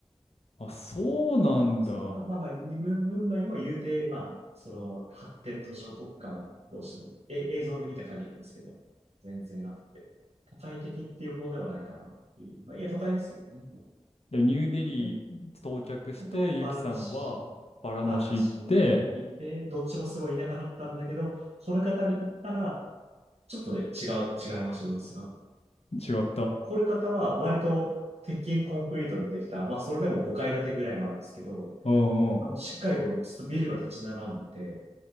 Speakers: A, on the left; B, on the right.
A: あ、そうなんだ。
B: そう、まあまあまあ、ムムンバイも言うて、まあ、その発展途上国家はどうしても、え、映像で見た限りですけど、全然あって、都会的っていうほどではないかなっていう。まあ、いや、都会ですよね。
A: で、ニューデリー到着して、
B: で、あと、
A: ユキさんはバラナシ行って、
B: バラナシ、バラナシに行って、どっちもすごい田舎だったんだけど、コルカタに行ったら、ちょっとね、違う、違いました、様子が。
A: 違った
B: コルカタは割と鉄筋コンクリートでできた、まあ、それでも5階建てぐらいもあるんですけど、
A: うんうん。
B: あの、しっかりこう、ずっとビルが立ち並んでて、